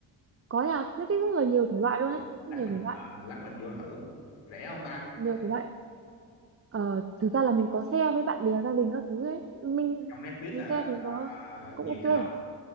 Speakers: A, on the right; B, on the left.
A: có nhà nó thích rất là nhiều thể loại luôn
B: Ừ.
A: ấy rất
B: lát
A: nhiều
B: mình
A: thể loại
B: ờ, lát mình vô thử rẻ không ta
A: nhiều
B: rẻ
A: thể loại Ờ, thực ra là mình có share với bạn bè gia đình các thứ ấy mình
B: trong Netflix
A: mình
B: là
A: share thì nó
B: ờ,
A: cũng
B: nhiều
A: ok
B: thể loại